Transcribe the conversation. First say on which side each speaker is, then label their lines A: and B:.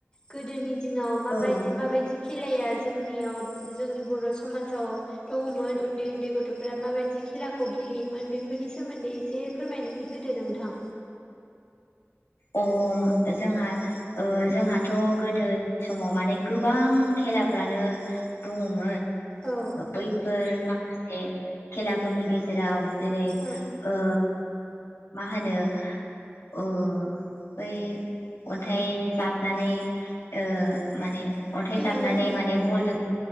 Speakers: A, on the left; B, on the left.
A: गोदोनि दिनाव माबायदि
B: औ
A: माबायदि खेलाया जोंनियाव जोंनि बर' समाजाव दङमोन उन्दै उन्दै गथ'फोरा माबायदि खेलाखौ गेलेयोमोन बेफोरनि सोमोन्दै एसे फोरमायनानै होदो नोंथां।
B: अम जोंहा जोंहाथ' गोदो समाव माने गोबां खेलाफ्रानो दङमोन।
A: औ
B: बैफोर माखासे खेलाफोरनि गेजेराव जेरै
A: औ
B: ओ मा होनो ओ बै अन्थाइ जाबनानै ओ माने अन्थाइ
A: गेलेनाय
B: जाबनानै माने बलजों